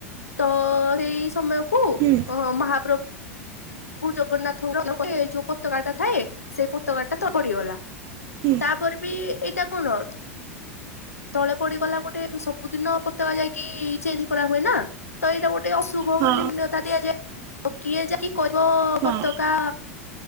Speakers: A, on the left; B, on the right.
A: ତ ସେଇ ସମୟକୁ
B: ହୁଁ
A: ଅ ମହାପ୍ର ଭୁ ଜଗନ୍ନାଥ ଯୋଉ ପତକାଟା ଥାଏ ସେ ପତକାଟାଟା ତଳେ ପଡ଼ିଗଲା।
B: ହୁଁ।
A: ତାପରେ ବି ଏଇଟା କଣ ତଳେ ପଡିଗଲା ଗୋଟେ ସବୁଦିନ ପତକା ଯାଇକି ଚେଞ୍ଜ କରାହୁଏ ନା ତ ଏଇଟା ଗୋ ଗୋଟେ ଅଶୁଭ
B: ହଁ
A: ବୋଲି ମାନ୍ୟତା ଦିଆଯାଏ କିଏ ଯାଇକି କରିବ
B: ହଁ
A: ପତକା